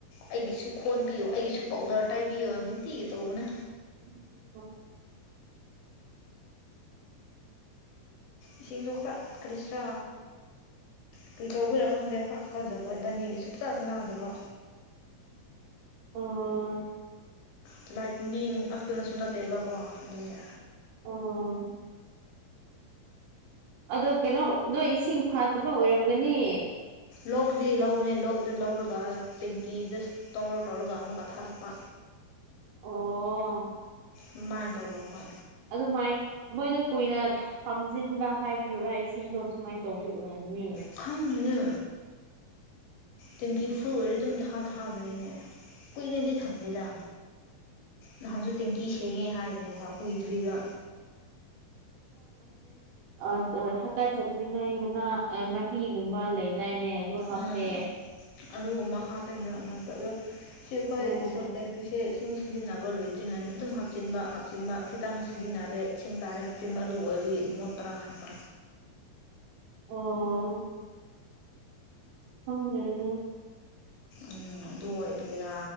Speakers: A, on the left; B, on the right.
A: ꯑꯩꯒꯤꯁꯨ ꯈꯣꯟꯕꯤꯌꯨ ꯑꯩꯒꯤꯁꯨ ꯄꯥꯎꯗꯔ ꯄꯥꯏꯕꯤꯌꯣ ꯑꯗꯨꯅꯨꯡꯇꯤꯒꯦ ꯇꯧꯕꯅꯦ꯫
B: <unintelligible>
A: ꯏꯁꯤꯡꯖꯨꯈꯔ ꯀꯔꯤꯁꯤꯔꯥ ꯀꯔꯤ ꯇꯧꯕꯩꯔꯥ ꯈꯪꯗꯦ ꯈꯔ ꯈꯀꯠꯆꯕ ꯏꯕꯥꯅꯤꯒꯤ ꯁꯨꯡꯆꯥꯥꯟ ꯆꯥꯅꯗꯕ꯫
B: <unintelligible>
A: ꯇꯤꯂꯥꯏ ꯈꯨꯝꯕꯤ ꯉꯥꯛꯛꯇꯅꯁꯨ ꯅꯠꯇꯦꯕꯀꯣ ꯑꯗꯨꯅꯦ꯫
B: ꯎꯝ ꯑꯗꯣ ꯀꯩꯅꯣ ꯅꯣꯏ ꯏꯁꯤꯡ ꯐꯥꯗꯕ ꯑꯣꯏꯔꯝꯒꯅꯤ꯫
A: ꯂꯣꯛꯗꯩ ꯂꯧꯕꯅꯦ ꯂꯣꯛꯗ ꯂꯧꯔꯒ ꯇꯦꯡꯀꯤꯗ ꯁ꯭ꯇꯣꯔ ꯇꯧꯔꯒ ꯑꯃꯨꯛꯀ ꯊꯥꯔꯛꯄ꯫
B: ꯑꯣ
A: ꯑꯗꯨꯃꯥꯏꯅ ꯇꯧꯔꯒ
B: ꯑꯗꯨꯃꯥꯏ ꯃꯣꯏꯗꯣ ꯀꯨꯏꯅ ꯍꯥꯝꯖꯤꯟꯕ ꯍꯥꯏꯕꯤꯥ ꯏꯁꯤꯡꯗꯣ ꯑꯗꯨꯃꯥꯏꯅ ꯇꯧꯕꯤꯔꯅꯦ꯫
A: ꯎꯈꯪꯅ ꯇꯦꯡꯀꯤ ꯐꯨ ꯑꯣꯏꯔ ꯑꯗꯨꯝ ꯊꯥ ꯊꯥꯒ꯭ꯔꯦꯅꯦ ꯀꯨꯏꯅꯗꯤ ꯊꯝꯗꯦꯗ꯫ ꯅꯍꯥꯟꯖꯨ ꯇꯦꯡꯀꯤ ꯁꯦꯡꯉꯦ ꯍꯥꯏꯕꯅꯦꯕ ꯀꯨꯏꯗ꯭ꯔꯤꯕ꯫
B: ꯑꯗꯣ <unintelligible> ꯍꯀꯥ ꯆꯗꯤꯉꯥꯏ ꯃꯃꯥ ꯑ ꯃꯍꯤꯒꯨꯝꯕ ꯂꯩꯗꯥꯏꯅꯦ꯫ ꯑꯗꯨ ꯍꯥꯞꯄꯦ
A: ꯎꯝ ꯑꯗꯨꯒꯨꯝꯕ ꯍꯥꯞꯄꯦ ꯃꯔꯛ ꯃꯔꯛꯇ ꯑꯗꯣ ꯁꯤ ꯑꯩꯈꯣꯏ
B: ꯎꯝ
A: ꯁꯣꯜꯇꯦꯛꯀꯤꯁꯤ ꯏꯁꯤꯡ ꯁꯤꯖꯤꯟꯅꯕ ꯂꯣꯏꯗ꯭ꯔꯤꯉꯩꯗ ꯑꯗꯨꯝ ꯍꯥꯞꯆꯤꯟꯕ ꯍꯥꯞꯆꯤꯟꯕ ꯈꯤꯇꯪ ꯁꯤꯖꯤꯟꯅꯔꯦ ꯏꯁꯤꯡ ꯇꯥꯔꯦ ꯆꯨꯝꯅ ꯑꯗꯨ ꯑꯣꯏꯕꯒꯤ ꯃꯣꯠꯇꯔꯥ ꯈꯟꯕ꯫
B: ꯑꯣ ꯈꯪꯗꯦꯅꯦ꯫
A: ꯎꯝ ꯑꯗꯨ ꯑꯣꯏꯗꯣꯏꯔꯥ꯫